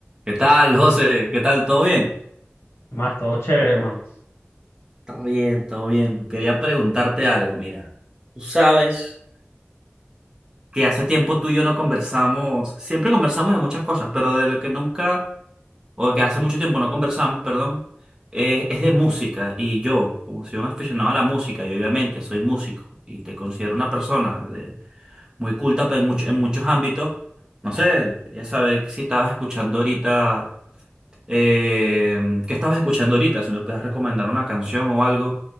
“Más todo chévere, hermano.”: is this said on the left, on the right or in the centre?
Left